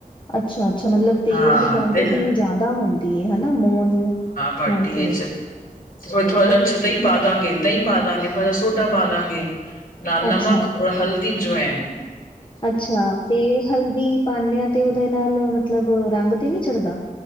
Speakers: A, on the left; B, on the left.
A: ਅੱਛਾ-ਅੱਛਾ ਮਤਲਬ ਤੇਲ
B: ਹਾਂ
A: ਦੀ ਕੁਆਂਟਿਟੀ
B: ਤੇ ਹੈ
A: ਜ਼ਿਆਦਾ ਹੁੰਦੀ ਹਨਾ ਮੋਨ
B: ਪਾਰਟੀਏ
A: ਹਾਂਜੀ
B: ਚ, ਤੇ ਥੋੜਾ ਜਾ ਅੱਛਾ ਦਹੀਂ ਪਾ ਦਾਂਗੇ ਦਹੀਂ ਪਾ ਦਾਂਗੇ ਥੋੜਾ ਜਿਹਾ ਸੋਡਾ ਪਾ ਦਾਂਗੇ, ਨਾਲ ਨਮਕ
A: ਅੱਛਾ
B: ਔਰ ਹਲ ਦੀ ਜੁਆਇਨ
A: ਅੱਛਾ ਤੇ ਹਲਦੀ ਪਾਨੇ ਆ ਤੇ ਉਹਦੇ ਨਾਲ ਮਤਲਬ ਰੰਗ ਤੇ ਨੀ ਚੜਦਾ?